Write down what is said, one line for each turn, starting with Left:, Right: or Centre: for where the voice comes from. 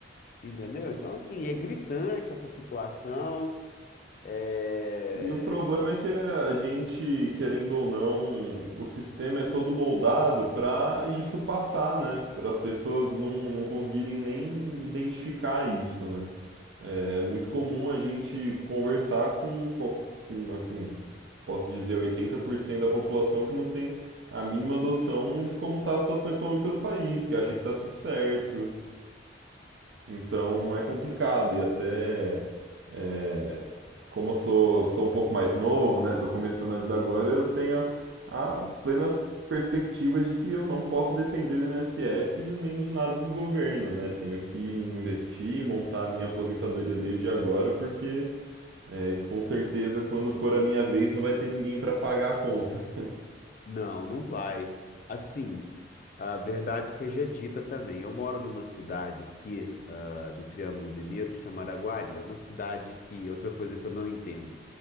Left: Entendeu? Então, assim, é gritante essa situação. é,
Right: E o problema é que a gente, querendo ou não, o sistema é todo moldado para isso passar, né? Para as pessoas não, não conseguirem nem identificar isso, né? É muito comum a gente conversar com, co- com, assim, posso dizer, 80% da população que não tem a mínima noção de como está a situação econômica do país, que acha que está tudo certo, então é complicado e até é, como eu sou, sou um pouco mais novo, né? Tô começando a vida agora, eu tenho a, a plena perspectiva de que eu não posso depender do INSS nem de nada do governo, né? Tenho que investir, montar a minha aposentadoria desde agora, porque é, isso com certeza quando for a minha vez não vai ter ninguém para pagar a conta.
Left: Não, não vai. Assim, a verdade seja dita também. Eu moro numa cidade aqui, ah, do Triângulo Mineiro que chama Araguari. É uma cidade que, outra coisa que eu não entendo,